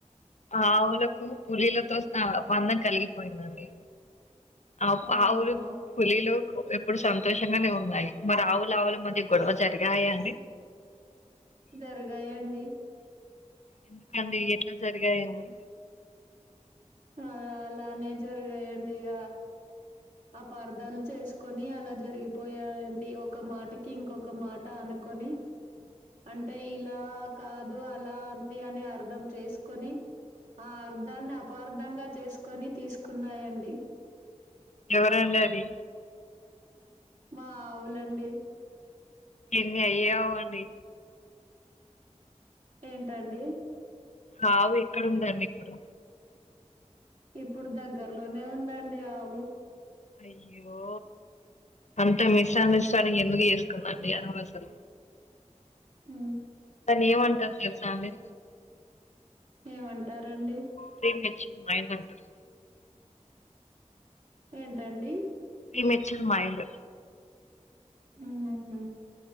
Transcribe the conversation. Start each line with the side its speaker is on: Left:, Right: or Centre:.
Left: ఆవులకు పులీలతో స్త బంధం కలిగిపోయిందండి. ఆ ఆవ్
Right: ఓహో
Left: ఆవులకు పులీలుకు ఇప్పుడు సంతోషంగానే ఉన్నాయి మరి ఆవులు ఆవుల మధ్య గొడవ జరిగాయా అండి.
Right: జరిగాయండి.
Left: ఎందుకండి ఎట్లా జరు జరిగాయి అండి.
Right: ఆహ్ అలానే జరిగాయండి ఇగ. అపార్థాలు చేసుకొని అలా జరిగిపోయాయండి ఒక మాటకి ఇంకొక మాట అనుకొని అంటే ఇలా కాదు అలా అంది అని అర్థం చేసుకొని ఆ అర్థాన్ని అపార్ధంగా చేసుకొని తీసుకున్నాయండి.
Left: ఎవరండి అది.
Right: మా ఆవులండి.
Left: ఎన్ని అయ్యవ్ అండి.
Right: ఏంటండి.
Left: ఆవు ఎక్కడుందండి ఇప్పుడు.
Right: ఇప్పుడు దగ్గర్లోనే ఉందండి ఆవు.
Left: అయ్యో అంత మిస్ అండర్స్టాండింగ్ ఎందుకు చేసుకుందండి అది అసలు.
Right: ఉమ్
Left: దాన్ని ఏమంటారు తెలుసా అండి.
Right: ఏమంటా టారండి.
Left: ప్రీ మెచ్యూర్ మైండ్ అంటారు.
Right: ఏంటండి.
Left: Pre మేచర్ mind.
Right: ఉమ్ ఉహూ